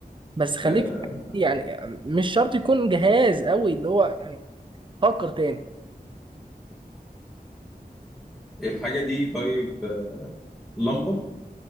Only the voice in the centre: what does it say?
آه.
الحاجه دي طيب آه. لمبه